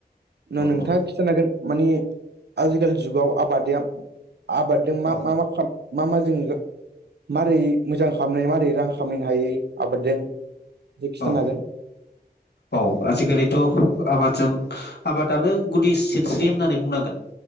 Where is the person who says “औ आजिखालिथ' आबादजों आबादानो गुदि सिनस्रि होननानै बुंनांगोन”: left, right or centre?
Left